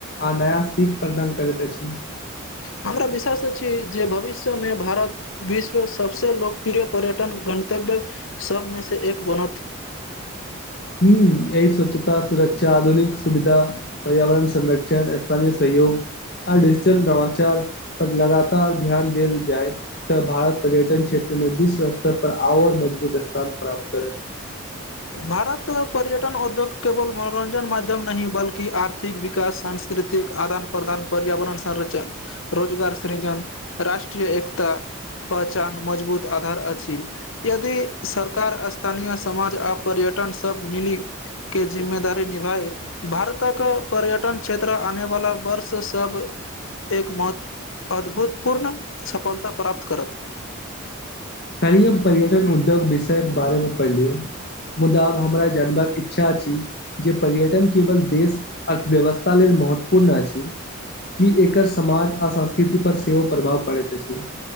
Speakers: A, on the left; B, on the left.
A: आ नया सीख प्रदान करैत अछि
B: हमरा विश्वास अछी जे भविष्य मे भारत विश्व सबसे लोकप्रिय पर्यटन गन्तव्य सबमें से एक बनत
A: ह्म एहि स्वच्छता सुरक्षा आधुनिक सुविधा पर्यावरण संरक्षण स्थानय सही योग आ डिजिटल नवाचार पर लगातार ध्यान देल जाय तऽ भारत पर्यटन क्षेत्र मे विश्व स्तर पर आओर मजबूत स्थान प्राप्त करे
B: <inaudible> भारत पर्यटन उद्योग केवल मनोरञ्जन माध्यम नहि बल्कि आर्थिक विकास सांस्कृतिक आदान प्रदान पर्यावरण संरचण रोजगार सृजन राष्ट्रीय एकता पहचान मजबूत आधार अछि यदि सरकार स्थानीय समाज आ पर्यटन सब मिली के जिम्मेदारी निभए भारतक पर्यटन क्षेत्र आने वाला वर्ष सब एक म अद्भूतपूर्ण सफलता प्राप्त करत
A: कली हम पर्यटन उद्योग विषय के बारे मे पढ़लीयौ मुदा आब हमरा जानबाक इच्छा अछि जे पर्यटन केवल देश अर्थव्यवस्था लेल महत्वपूर्ण अछि कि एकर समाज आ संस्कृति पर सेहो प्रभाव पड़ैत अछि